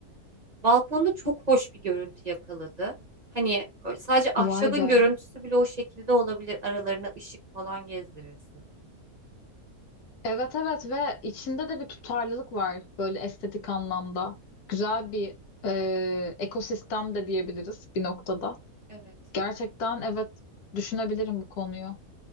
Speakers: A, on the right; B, on the left.
A: Balkonda çok hoş bir görüntü yakaladı. Hani sadece ahşabın
B: Vay be.
A: görüntüsü bile o şekilde olabilir. Aralarına ışık falan gezdirirsin.
B: Evet evet ve içinde de bir tutarlılık var böyle estetik anlamda. Güzel bir e, ekosistem de diyebiliriz bir noktada.
A: Evet.
B: Gerçekten evet düşünebilirim bu konuyu.